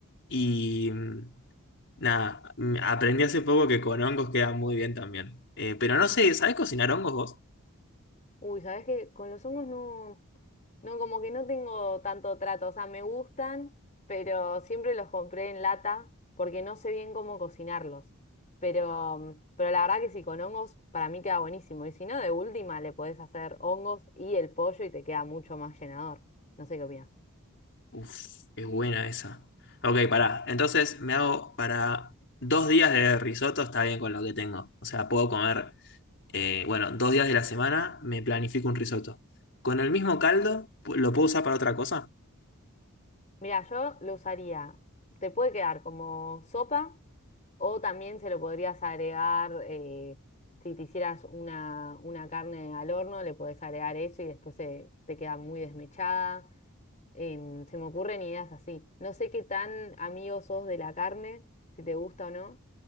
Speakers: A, on the left (about 55°); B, on the left (about 35°).
A: y mm, nada, mm, aprendí hace poco que con hongos queda muy bien también. Eh, pero no sé, ¿sabes cocinar hongos vos?
B: Uy, ¿sabes que Con los hongos no, no, como que no tengo tanto trato, o sea, me gustan, pero siempre los compré en lata porque no sé bien cómo cocinarlos. Pero, pero la verdad que sí, con hongos para mí queda buenísimo. Y si no, de última le podés hacer hongos y el pollo y te queda mucho más llenador. No sé qué opinas.
A: Uf, es buena esa. Ok, pará. Entonces me hago para dos días de risotto, está bien con lo que tengo. O sea, puedo comer. eh, bueno, dos días de la semana me planifico un risotto. ¿Con el mismo caldo pu- lo puedo usar para otra cosa?
B: Mira, yo lo usaría. Te puede quedar como sopa o también se lo podrías agregar, eh, si te hicieras una, una carne al horno, le podés agregar eso y después se, te queda muy desmechada. Em, se me ocurren ideas así. No sé qué tan amigo sos de la carne, si te gusta o no,